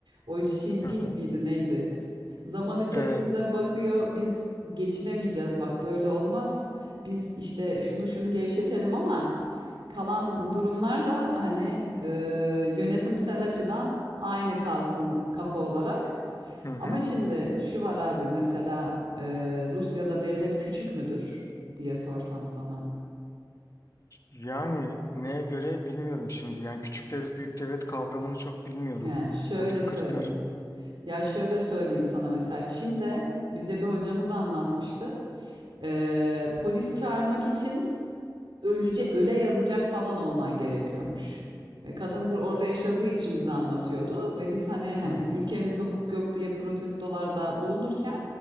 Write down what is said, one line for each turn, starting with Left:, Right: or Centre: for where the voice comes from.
Right: O Xi Jinping
Left: <laughs> Aha.
Right: miydi neydi? Zaman içerisinde
Left: Evet.
Right: bakıyor biz geçinemeyeceğiz bak böyle olmaz. Biz işte şunu şunu gevşetelim ama... Kalan durumlar da hani e, yönetimsel açıdan aynı kalsın kafa olarak.
Left: Hı hı.
Right: Ama şimdi şu var abi mesela e, Rusya'da devlet küçük müdür diye sorsam sana.
Left: Yani neye göre bilmiyorum şimdi. Yani küçük devlet büyük devlet kavramını çok bilmiyorum.
Right: Ya şöyle
Left: Oradaki
Right: söyleyeyim.
Left: kriter.
Right: Ya şöyle söyleyeyim sana mesela Çin'de bize bir hocamız anlatmıştı. E, polis çağırmak için ölece öle yazacak falan olman gerekiyormuş. Ve kadın bur orada yaşadığı için bize anlatıyordu ve biz hani hani
Left: Hı hı.
Right: ülkemizde hukuk yok diye protestolarda bulunurken